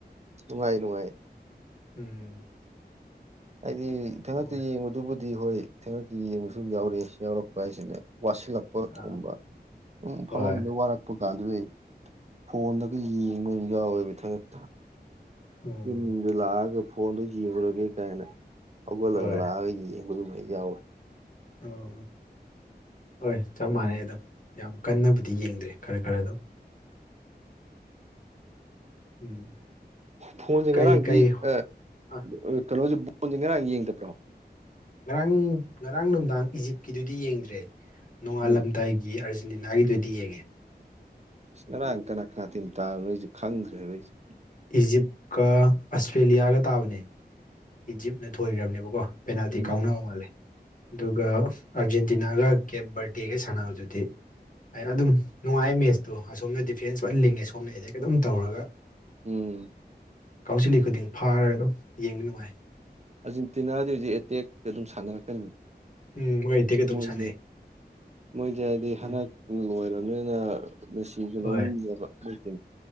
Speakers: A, on the right; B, on the left.
A: ꯅꯨꯉꯥꯏ ꯅꯨꯉꯥꯏ
B: ꯎꯝ
A: ꯑꯩꯗꯤ ꯏꯊꯟꯈꯛꯇ
B: ꯍꯣꯏ
A: ꯌꯦꯡꯕ ꯑꯗꯨꯕꯨꯗꯤ ꯍꯣꯏ ꯊꯟꯉꯛꯀꯤ ꯌꯦꯡꯕ ꯁꯨꯝ ꯌꯥꯎꯔꯛꯑꯦ ꯌꯥꯎꯔꯛꯄ ꯍꯥꯏꯁꯤꯅ ꯋꯥꯠꯁꯤꯜꯂꯛꯄ ꯄꯣꯠ
B: ꯑꯥ
A: ꯀꯨꯝꯕ ꯎ ꯐꯝꯃꯝꯗ
B: ꯍꯣꯏ
A: ꯋꯥꯔꯛꯄ ꯀꯥꯟꯗꯨꯗ ꯑꯩ ꯐꯣꯟꯗꯒ ꯌꯦꯡꯕ ꯑꯗꯨꯝ ꯌꯥꯎꯋꯦꯕ ꯏꯊꯪꯈꯛꯇ
B: ꯎꯝ
A: ꯌꯨꯝꯗꯨ ꯂꯥꯛꯑꯒ ꯐꯣꯟꯗꯨꯣ ꯌꯦꯡꯂꯡꯨꯔꯒꯦ ꯀꯥꯏꯅ ꯍꯧꯒꯠꯂꯒ
B: ꯍꯣꯏ
A: ꯂꯥꯛꯑꯒ ꯌꯦꯡꯉ ꯑꯗꯨꯗꯨꯃ ꯌꯥꯎꯋꯦ
B: ꯑꯣ ꯍꯣꯏ ꯆꯞ ꯃꯥꯟꯅꯩ ꯑꯗꯨꯝ ꯌꯥꯝ ꯀꯟꯅꯕꯨꯗꯤ ꯌꯦꯡꯗ꯭ꯔꯦ ꯈꯔ ꯈꯔ ꯑꯗꯨꯝ ꯎꯝ
A: ꯐꯣꯟꯁꯦ ꯉꯔꯥꯡꯗꯤ
B: ꯀꯩ ꯀꯩ
A: ꯍꯣꯏ
B: ꯑꯥ
A: ꯀꯩꯅꯣꯁꯤ ꯕꯣꯟꯁꯤ ꯉꯔꯡ ꯌꯦꯡꯗꯕꯔꯣ
B: ꯉꯔꯥꯡ ꯉꯔꯥꯡ ꯅꯨꯡꯃꯤꯗꯥꯡ ꯏꯖꯤꯞꯀꯤꯗꯨꯗꯤ ꯌꯦꯡꯗ꯭ꯔꯦ ꯅꯣꯡꯉꯥꯜꯂꯝꯗꯥꯏ
A: ꯎꯝ
B: ꯒꯤ ꯑꯔꯖꯦꯟꯇꯤꯅꯥꯒꯤꯗꯨꯗꯤ ꯌꯦꯡꯉꯦ
A: ꯁꯔ ꯀꯅꯥ ꯀꯅꯥ ꯇꯤꯝ ꯇꯥꯏꯅꯣꯁꯨ ꯈꯪ꯭ꯗꯔꯦ ꯑꯩꯁꯦ
B: ꯏꯖꯤꯞꯀ ꯑꯁꯇ꯭ꯔꯦꯂꯤꯌꯥꯒ ꯇꯥꯕꯅꯦ ꯏꯖꯤꯞꯅ ꯊꯣꯏꯈ꯭ꯔꯕꯅꯦꯕꯀꯣ ꯄꯦꯅꯥꯜꯇꯤ
A: ꯎꯝ
B: ꯀꯥꯎꯅꯕ ꯃꯥꯜꯂꯦ ꯑꯗꯨꯒ ꯑꯥꯔꯖꯦꯟꯇꯤꯅꯥꯒ ꯀꯦꯞ ꯕꯔꯗꯦꯒ ꯁꯥꯟꯅꯕꯗꯨꯗꯤ ꯍꯥꯏ ꯑꯗꯨꯝ ꯅꯨꯡꯉꯥꯏ ꯃꯦꯁꯇꯣ ꯑꯁꯣꯝꯅ ꯗꯤꯐꯦꯟꯁ ꯐꯖꯟ ꯂꯤꯡꯉꯦ ꯁꯣꯝꯅ ꯑꯇꯦꯛ ꯑꯗꯨꯝ ꯇꯧꯔꯒ
A: ꯎꯝ
B: ꯀꯥꯎꯁꯤꯜꯂꯤ ꯈꯨꯗꯤꯡ ꯐꯥꯔꯒ ꯑꯗꯨꯝ ꯌꯦꯡꯕ ꯅꯨꯡꯉꯥꯏ
A: ꯑꯥꯔꯖꯦꯟꯇꯤꯅꯥꯗꯤ ꯍꯧꯖꯤꯛ ꯑꯦꯇꯦꯛꯇ ꯑꯗꯨꯝ ꯁꯥꯟꯅꯔꯛꯀꯅꯤ
B: ꯎꯝ ꯍꯣꯏ ꯑꯇꯩꯒ ꯑꯗꯨꯝ
A: ꯃꯣꯏꯁꯦ
B: ꯁꯥꯟꯅꯩ
A: ꯃꯣꯏꯁꯦ ꯍꯥꯏꯗꯤ
B: ꯎꯝ
A: ꯍꯟꯗꯛ ꯂꯣꯏꯔꯕꯅꯤꯅ ꯃꯦꯁꯤꯁꯨ
B: ꯍꯣꯏ
A: ꯂꯧꯅꯤꯡꯉꯦꯕ ꯃꯣꯏꯁꯤ